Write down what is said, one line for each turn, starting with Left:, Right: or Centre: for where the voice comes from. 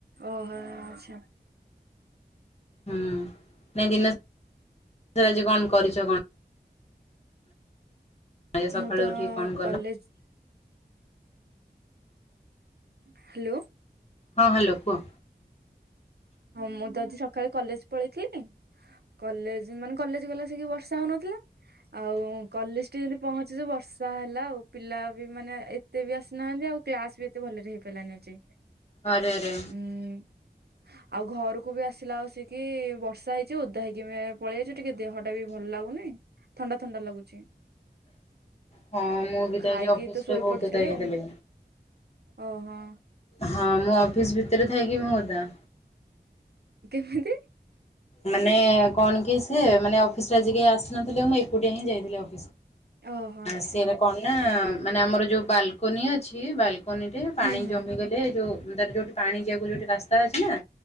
Right: ଓହୋ ଆଚ୍ଛା।
Left: ହୁଁ ନାଇଁ ଦିନ ଆଜି କଣ କରିଚ କଣ। ଆଜି ସକାଳୁ
Right: ମୁଁ ତ
Left: ଉଠିକି କଣ କଲ
Right: କଲେଜ୍ ହ୍ୟାଲୋ।
Left: ହଁ ହ୍ୟାଲୋ କୁହ।
Right: ହଁ ମୁଁ ତ ଆଜି ସକାଳେ କଲେଜ ପଳେଇଥିଲି। କଲେଜ ମାନେ କଲେଜ ଗଲା ସେ ବର୍ଷା ହୋଉନଥିଲା ଆଉ କଲେଜ ପହଞ୍ଚିଛ ବର୍ଷା ହେଲା ଆଉ ପିଲା ବି ମାନେ ଏତେ ବି ଆସିନାହାନ୍ତି ଆଉ କ୍ଲାସ ବି ଏତେ ଭଲରେ ହେଇପାରିଲାନି ଆଜି।
Left: ଆରେ ଆରେ।
Right: ଉଁ ଆଉ ଘରକୁ ବି ଆସିଲା ଆଉ ସ କି ବର୍ଷା ହେଇଚି ଓଦା ହେଇକି ପଳେଇଆଇଚୁ ଟିକେ ଦେହ ଟା ବି ଭଲ ଲାଗୁନି ଥଣ୍ଡା ଥଣ୍ଡା ଲାଗୁଚି।
Left: ହଁ ମୁଁ
Right: ଆଉ
Left: ବି ତ
Right: ଖାଇକି
Left: ଆଜି ଅଫିସରେ
Right: ତ ଶୋଇପଡିଥିଲି
Left: ବହୁତ ଓଦା ହେଇଯାଇଥିଲି
Right: ଆଉ। ଓହୋ।
Left: ହଁ ମୁଁ ଅଫିସ ଭିତରେ ଥାଇକି ହ ମୁ ଓଦା।
Right: କେମିତି।
Left: ମାନେ କଣ କି ସେ ମାନେ ଅଫିସ ଆଜିି କେହି ଆସିନଥିଲେ ମୁଁ ଏକୁଟିଆ ହିଁ ଯାଇଥିଲି ଅଫିସକୁ।
Right: ଓହୋ ଆଚ୍ଛା
Left: ସେରା କଣ ନା ମାନେ ଆମର ଯୋଉ ବାଲକନି ଅଛି ବାଲକ ନିରେ ପାଣି
Right: ହୁଁ ହୁଁ
Left: ଜମିଗଲେ ଯୋଉ ତାର ଯୋଉଟି ପାଣି ଯିବାକୁ ଯୋଉଠି ରାସ୍ତା ଅଛି ନା